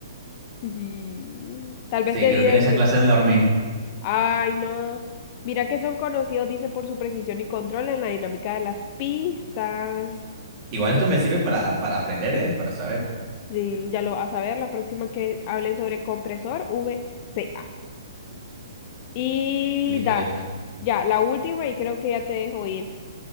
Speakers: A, on the left; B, on the right.
A: <laughs> Y Tal
B: Sí,
A: vez debí
B: creo
A: decir,
B: que en esa clase me dormí.
A: Ay, no. Mira que son conocidos, dice, por su precisión y control en la dinámica de las pistas.
B: Igual esto me sirve para, para aprender, ¿eh? Para saber.
A: Sí, ya lo vas a ver la próxima que hablen sobre compresor VCA. Y
B: Listo,
A: da,
B: listo.
A: ya, la última y creo que ya te dejo ir.